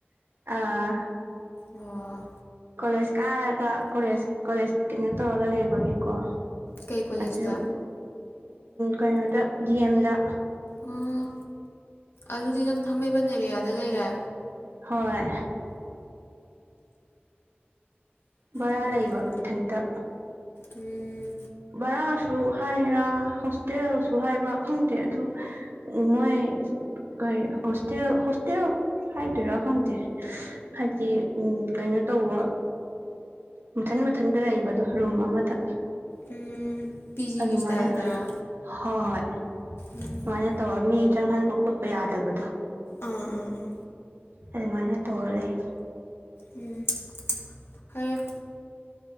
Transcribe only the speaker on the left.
ꯑꯣ
ꯀꯩ ꯀꯣꯂꯦꯖꯇ
ꯑꯣ ꯑꯗꯨꯗꯤ ꯅꯪ ꯊꯥꯡꯃꯩꯕꯟ ꯑꯦꯔꯤꯌꯥꯗ ꯂꯩꯔꯦ
ꯎꯝ
ꯎꯝ
ꯎꯝ ꯄꯤ ꯖꯤꯒꯤ
ꯁ꯭ꯇꯥꯏꯜꯗꯔꯣ
ꯎꯝ
ꯑꯥ ꯑꯥ ꯑꯥ
ꯎꯝ ꯐꯔ